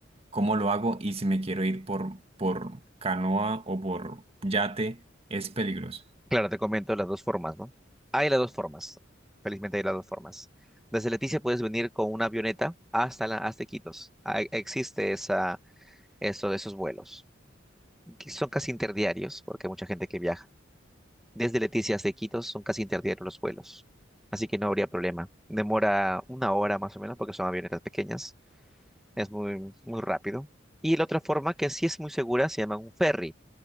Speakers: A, on the right (about 30°); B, in the centre.
A: ¿cómo lo hago? Y si me quiero ir por, por canoa o por yate, es peligroso.
B: Claro, te comento las dos formas, ¿no? Hay las dos formas, felizmente hay las dos formas. Desde Leticia puedes venir con una avioneta hasta, la, hasta Iquitos. Ah, Existe esa, eso, esos vuelos que son casi interdiarios, porque hay mucha gente que viaja Desde Leticia hasta Iquitos son casi interdiarios los vuelos, así que no habría problema. Demora una hora más o menos porque son avionetas pequeñas, es muy, muy rápido. Y la otra forma que sí es muy segura se llama un ferry.